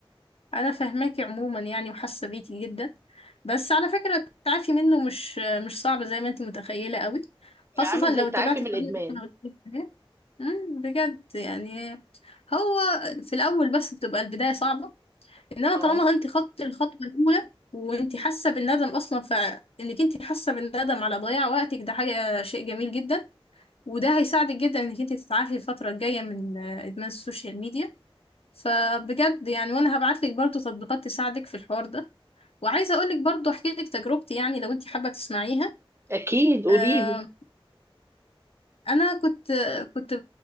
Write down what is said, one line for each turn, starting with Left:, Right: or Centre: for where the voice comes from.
Left: انا فاهماكي عموما يعني وحاسه بيكي جدا بس على فكره التعافي منه مش مش صعب زي ما انت متخيله قوي خاصه
Right: يعني عامل زي
Left: لو
Right: التعافي
Left: اتبعت
Right: من
Left: الطريقه
Right: الادمان
Left: اللي انا قلت لك عليها أمم، بجد يعني هو في الاول بس بتبقى البدايه صعبه انما
Right: اه
Left: طالما انت خدتي الخطوه الاولى وانت حاسه بالندم اصلا فانك انت حاسه بالندم على ضياع وقتك ده حاجه شيء جميل جدا وده هيساعدك جدا انك انت تتعافي الفتره الجايه من آه، ادمان السوشيال ميديا فبجد يعني وانا هبعتلك برضو تطبيقات تساعدك في الحوار ده وعايزه اقولك برضو احكي لك تجربتي يعني لو انت حابه تسمعيها
Right: اكيد قولي
Left: آه
Right: لي
Left: انا كنت كنت